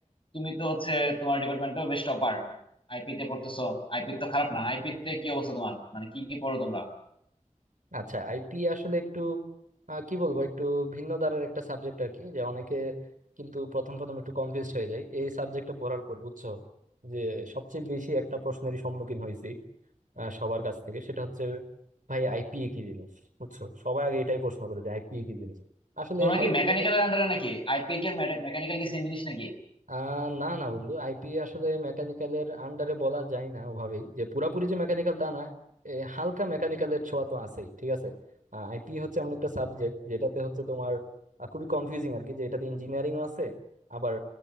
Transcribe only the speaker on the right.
আচ্ছা আইপি আসলে একটু আহ, কি বলবো একটু ভিন্ন ধারার একটা সাবজেক্ট আর কি যে অনেকে কিন্তু প্রথম প্রথম একটু কনফিউজ হয়ে যায় এই সাবজেক্টটা পড়ার পর বুঝছো যে সবচেয়ে বেশি একটা প্রশ্নেরই সম্মুখীন হয়েছি আহ, সবার কাছ থেকে সেটা হচ্ছে ভাই আইপিএ কি জিনিস বুঝছো সবাই আগে এটাই প্রশ্ন করে যে আইপিএ কি জিনিস আসলে
আইপিএ
আহ না না বন্ধু আইপি আসলে মেকানিক্যালের আন্ডারে বলা যায় না ওভাবেই যে পুরাপুরি যে মেকানিক্যাল তা না এ, হালকা মেকানিক্যালের ছোঁয়া তো আছেই ঠিক আছে আইপি হচ্ছে এমন একটা সাবজেক্ট যেটাতে হচ্ছে তোমার আহ, খুবই কনফিউজিং আর কি যে এটাতে ইঞ্জিনিয়ারিং আছে আবার